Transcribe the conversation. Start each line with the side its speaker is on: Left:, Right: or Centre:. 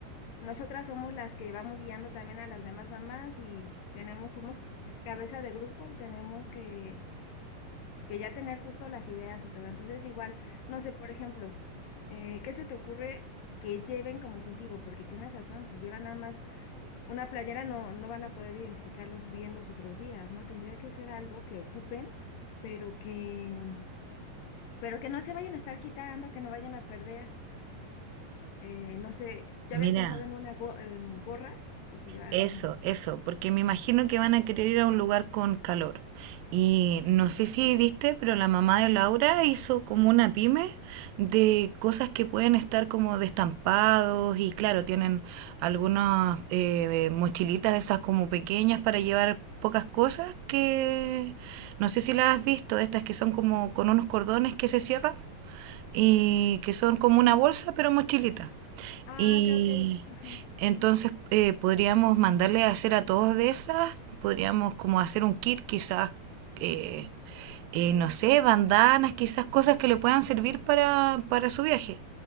Left: nosotras somos las que vamos guiando también a las demás mamás y tenemos, somos cabeza de grupo y tenemos que, que ya tener justo las ideas y todo. Entonces igual, no sé, por ejemplo, eh, ¿qué se te ocurre que lleven como instintivo? Porque tienes razón, si llevan nada más una playera no, no van a poder identificarlos bien los otros días, ¿no? Tendría que ser algo que ocupen, pero que, pero que no se vayan a estar quitando, que no vayan a perder. Eh, no sé, yo
Right: Mira,
Left: había pensado en una go- en gorras que se llevaron.
Right: Eso, eso, porque me imagino que van a querer ir a un lugar con calor. Y no
Left: Ujú.
Right: sé si viste, pero la mamá de Laura hizo como una pyme de cosas que pueden estar como de estampados y claro, tienen algunas eh, mochilitas de esas como pequeñas para llevar pocas cosas que no sé si las has visto, estas que son como con unos cordones que se cierran y que son como una bolsa pero mochilita.
Left: Ah,
Right: Y
Left: ok, ok. Ajá,
Right: entonces eh, podríamos mandarle a hacer a todos de esas, podríamos como hacer un kit quizás, eh,
Left: sí.
Right: eh, no sé, bandanas, quizás cosas que le puedan servir para, para su viaje.